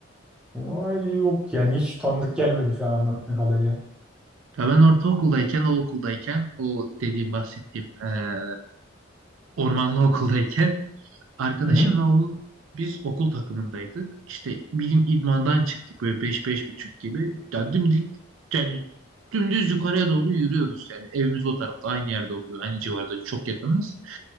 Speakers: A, in the centre; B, on the right.
A: Vay yok yani hiç tanıdık gelmedi şu an anlattığın kadarıyla.
B: Ya ben ortaokuldayken, o okuldayken, o dediğim bahsettiğim ee, ormanlı okuldayken Arkadaşımla
A: Hı hı.
B: onun biz okul takımındaydık. İşte bir gün idmandan çıktık böyle beş beş buçuk gibi. Ya dimdik yani dümdüz yukarıya doğru yürüyoruz. Yani evimiz o tarafta aynı yerde oluyor. Aynı civarda çok yakınız.